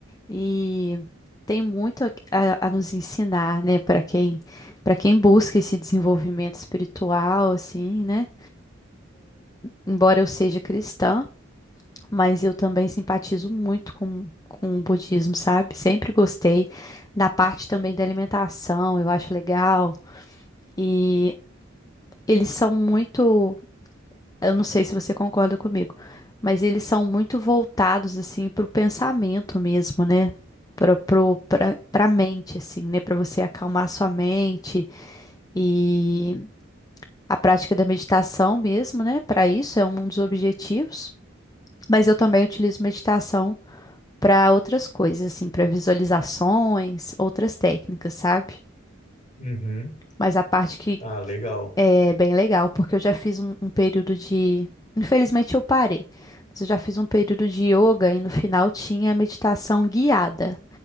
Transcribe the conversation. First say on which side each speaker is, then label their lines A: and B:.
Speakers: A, on the left (about 20°); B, on the left (about 40°).
A: E tem muito a, a- a nos ensinar, né, para quem, para quem busca esse desenvolvimento espiritual, assim, né? embora eu seja cristã, mas eu também simpatizo muito com, com o budismo, sabe? Sempre gostei da parte também da alimentação, eu acho legal. E eles são muito, eu não sei se você concorda comigo, mas eles são muito voltados assim para o pensamento mesmo, né? Para para mente, assim, né? Para você acalmar sua mente e a prática da meditação mesmo, né? Para isso é um dos objetivos. Mas eu também utilizo meditação para outras coisas, assim, para visualizações, outras técnicas, sabe?
B: Uhum.
A: Mas a parte que
B: Ah, legal.
A: é bem legal, porque eu já fiz um, um período de. Infelizmente eu parei, mas eu já fiz um período de yoga e no final tinha meditação guiada,